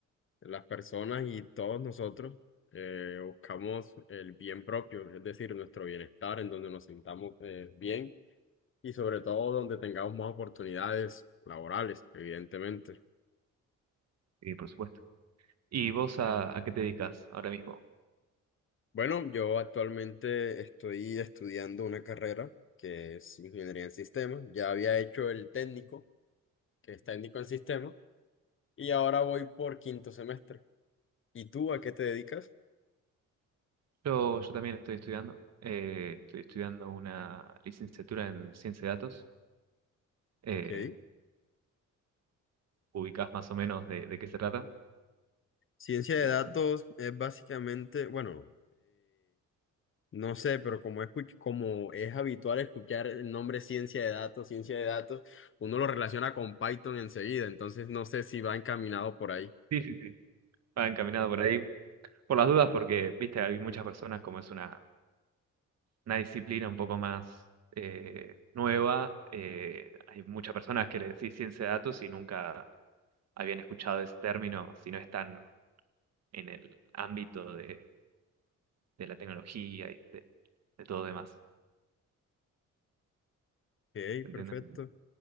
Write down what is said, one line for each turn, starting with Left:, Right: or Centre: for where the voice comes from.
Left: las personas y todos nosotros eh, buscamos el bien propio, es decir, nuestro bienestar, en donde nos sintamos eh, bien y sobre todo donde tengamos más oportunidades laborales, evidentemente.
Right: Y por supuesto. ¿Y vos a, a qué te dedicas ahora mismo?
Left: Bueno, yo actualmente estoy estudiando una carrera que es ingeniería en sistemas. Ya había hecho el técnico, que es técnico en sistemas, y ahora voy por quinto semestre. ¿Y tú a qué te dedicas?
Right: Yo, yo también estoy estudiando. eh, estoy estudiando una licenciatura en ciencia de datos. Eh,
Left: Ok.
Right: ubicás más o menos de, de qué se trata.
Left: Ciencia de
Right: Eh,
Left: datos es básicamente, bueno, No sé, pero como es, cuch- como es habitual escuchar el nombre ciencia de datos, ciencia de datos, uno lo relaciona con Python enseguida, entonces no sé si va encaminado por ahí.
Right: sí, sí, sí. Va encaminado por ahí. Por las dudas, porque, viste, hay muchas personas como es una, una disciplina un poco más eh, nueva. eh, hay muchas personas que le decís ciencia de datos y nunca habían escuchado ese término si no están en el ámbito de, de la tecnología y de, de todo demás.
Left: Ok,
Right: ¿Se entiende?
Left: perfecto.